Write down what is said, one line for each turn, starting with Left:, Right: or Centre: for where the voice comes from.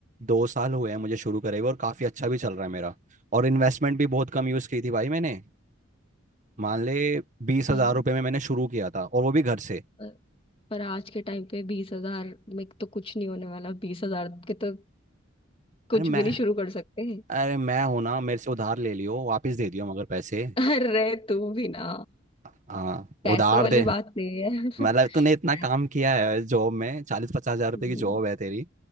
Right: दो साल हुए हैं मुझे शुरू करे हुए और काफ़ी अच्छा भी चल रहा है मेरा और इन्वेस्टमेंट भी बहुत कम यूज़ की थी भाई मैंने मान ले बीस हज़ार
Left: यही
Right: रुपये में मैंने शुरू किया था और वो भी घर से
Left: पर पर आज के टाइम पे बीस हजार में तो कुछ नहीं होने वाला बीस हजार के तो कुछ
Right: अरे मैं
Left: भी नहीं शुरू कर सकते
Right: अरे मैं हूं ना मेरे से उधार ले लियो वापस दे दियो मगर पैसे
Left: अरे तू भी ना
Right: हाँ
Left: पैसों
Right: उधार
Left: वाली
Right: दे
Left: बात नहीं है
Right: मतलब तूने इतना काम
Left: <laughs>
Right: किया है जॉब में चालीस पचास हजार रुपए
Left: हम्म
Right: की जॉब है तेरी